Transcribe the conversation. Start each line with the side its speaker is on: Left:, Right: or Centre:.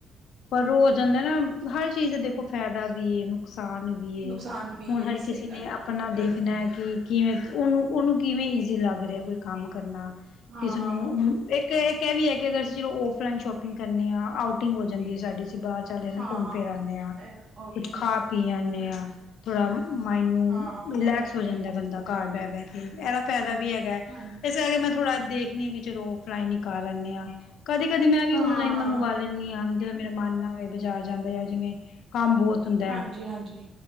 Left: ਪਰ ਓ ਹੋ ਜਾਂਦਾ ਨਾ, ਹਰ ਚੀਜ਼ ਦਾ ਦੇਖੋ ਫੈਦਾ ਵੀ ਏ, ਨੁਕਸਾਨ ਵੀ ਏ,
Right: ਨੁਕਸਾਨ ਵੀ
Left: ਹੁਣ
Right: ਹੈ
Left: ਹਰ ਕਿਸੇ
Right: ਸਹੀ ਗੱਲ
Left: ਨੇ
Right: ਹੈ
Left: ਆਪਣਾ ਦੇਖਣਾ ਹੈ ਕਿ ਕਿਵੇਂ, ਉਹਨੂੰ, ਉਹਨੂੰ ਕਿਵੇਂ ਈਜ਼ੀ ਲੱਗ ਰਿਹਾ ਕੋਈ ਕੰਮ ਕਰਨਾ,
Right: ਹਾਂ
Left: ਇਸਨੂੰ ਹੁਣ ਇੱਕ ਇਹ ਕਹਿ ਵੀ ਹੈ ਕਿ ਅਗਰ ਅਸੀਂ ਜਲੋ ਔਫਲਾਈਨ ਸ਼ੋਪਿੰਗ ਕਰਨੀ ਹਾਂ ਆਊਟਿੰਗ ਹੋ ਜਾਂਦੀ ਹੈ ਸਾਡੀ ਅਸੀਂ ਬਾਹਰ ਚੱਲੇ ਨਾ
Right: ਹਾਂ
Left: ਘੁੰਮ ਫਿਰ ਆਂਦੇ ਹਾਂ,
Right: ਇਹ ਆਊਟਿੰਗ
Left: ਕੁੱਝ ਖਾ
Right: ਹੋ ਜਾਂਦੀ
Left: ਪੀ ਆਦੇ ਹਾਂ ਥੋੜਾ, ਮਾਇੰਡ ਨੂੰ
Right: ਹਾਂ
Left: ਰਿਲੈਕਸ
Right: ਇਹ ਗੱਲ
Left: ਹੋ ਜਾਂਦਾ
Right: ਹੈ
Left: ਬੰਦਾ ਘਰ ਬਹਿ- ਬਹਿ ਕੇ, ਇਹਦਾ ਫਾਇਦਾ ਵੀ ਹੈਗਾ ਠੀਕ ਐ,
Right: ਹਾਂਜੀ
Left: ਇਸੇ ਕਰਕੇ ਮੈਂ ਥੋੜ੍ਹਾ ਦੇਖਣੀ ਆਂ ਕਿ ਚਲੋ ਫਲਾਈ ਨ ਕਰ ਆਉਂਦੇ ਆਂ ਕਦੇ- ਕਦੇ ਮੈਂ ਵੀ
Right: ਹਾਂ
Left: ਔਨਲਾਈਨ ਮੰਗਵਾ ਲੈਂਦੀ ਹਾਂ, ਜਿਦੋਂ ਮੇਰਾ ਮਨ ਨਾ ਹੋਵੇ ਬਾਜ਼ਾਰ ਜਾਂਦਾ ਆ ਜਿਵੇਂ ਕੰਮ ਬਹੁਤ ਹੁੰਦਾ
Right: ਹਾਂਜੀ-ਹਾਂਜੀ
Left: ਹੈ,